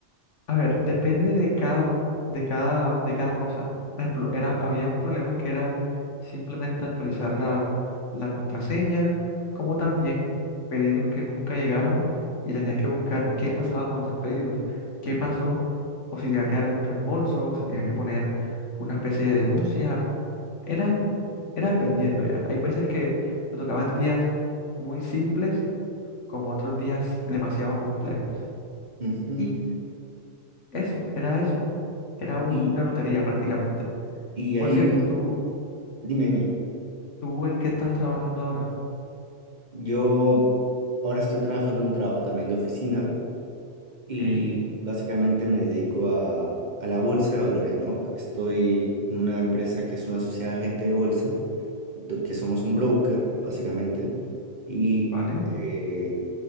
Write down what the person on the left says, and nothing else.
A ver, depende de cada, de cada, de cada cosa. Por ejemplo, eran, habían problemas que era simplemente actualizar la, la contraseña, como también pedidos que nunca llegaron y tenías que buscar qué pasaba con esos pedidos, qué pasó, o si tenía que darle un reembolso, o si tenía que poner una especie de denuncia. Eran, era dependiendo ya. Hay veces que me tocaban días muy simples, como otros días demasiado complejos.
Y eso, era eso. Era un-
una lotería prácticamente.
Por
cierto, ¿tú,
tú en qué estás trabajando ahora?
Ok,
vale,